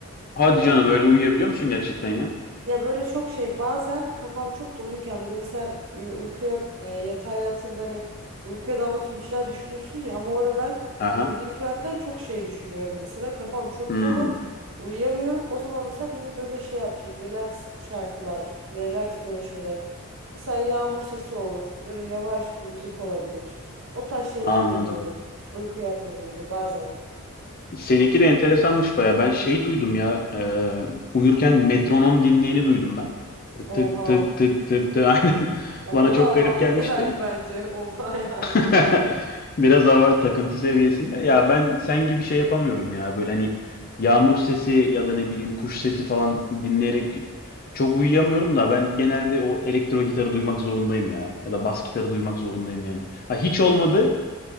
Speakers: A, on the left; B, on the right.
A: Hadi
B: Yani
A: canım öyle uyuyabiliyor musun gerçekten ya?
B: Ya böyle çok şey bazen kafam çok doluyken böyle mesela uy- uykuya e, yatağa yattığında hani uykuya dalmak için bir şeyler düşünürsün ya ama orada ben
A: Aha.
B: gündelik hayattan çok şey düşünüyorum mesela kafam çok
A: Hmm,
B: dolu uyuyamıyorum o zaman mesela beni böyle şey yapacak relax şarkılar relax böyle şeyler mesela yağmur sesi olur böyle yavaş bir müzik olabilir o tarz şeyler
A: anladım.
B: dinliyorum uykuya yatmadan önce bazen
A: Seninki de enteresanmış baya. Ben şey duydum ya. e, uyurken metronom dinleyeni duydum ben. Tık
B: oha
A: tık tık tık tık. <laughs> Aynen.
B: o,
A: Bana
B: o
A: çok
B: da abartı
A: garip gelmişti.
B: <laughs> yani bence oha yani.
A: <laughs> Biraz hava takıntı seviyesinde. Ya ben sen gibi şey yapamıyorum ya. Böyle hani yağmur sesi ya da ne bileyim kuş sesi falan dinleyerek çok uyuyamıyorum da ben genelde o elektro gitarı duymak zorundayım ya. Ya da bas gitarı duymak zorundayım yani. Ha hiç olmadı